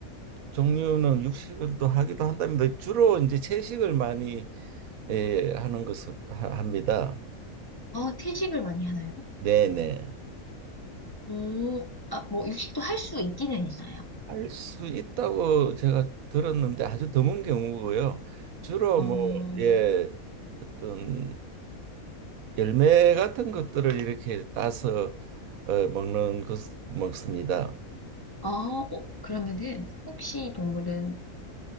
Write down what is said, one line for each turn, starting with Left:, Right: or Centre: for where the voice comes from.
Right: 종류는 육식을도 하기도 한답니다. 주로 이제 채식을 많이 예, 하는 것을 하- 합니다.
Left: 어, 채식을 많이 하나요?
Right: 네네.
Left: 오, 아, 뭐 육식도 할 수 있기는 있나요?
Right: 할 수 있다고 제가 들었는데 아주 드문 경우고요. 주로
Left: 어,
Right: 뭐, 예, 어떤 열매 같은 것들을 이렇게 따서 어, 먹는 것 먹습니다.
Left: 아, 어, 그러면은 혹시 이 동물은